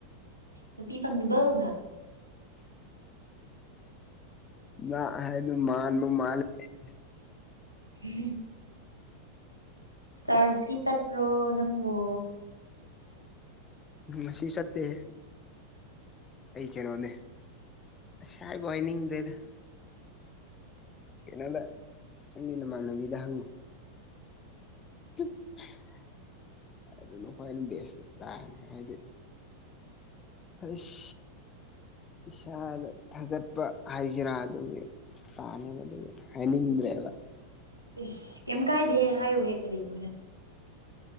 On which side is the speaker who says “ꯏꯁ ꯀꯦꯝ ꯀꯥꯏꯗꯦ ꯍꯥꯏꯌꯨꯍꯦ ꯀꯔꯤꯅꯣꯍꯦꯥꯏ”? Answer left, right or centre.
Right